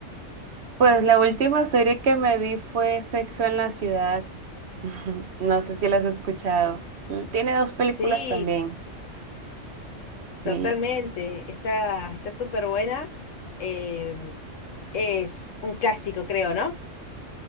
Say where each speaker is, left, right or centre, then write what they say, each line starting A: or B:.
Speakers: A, on the right (about 60°); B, on the left (about 80°).
A: Pues la última serie que me vi fue Sexo en la Ciudad. <laughs> No sé si la has escuchado. L- Tiene dos películas
B: Sí,
A: también.
B: totalmente.
A: Sí,
B: Está, está súper buena. Em, es un clásico, creo, ¿no?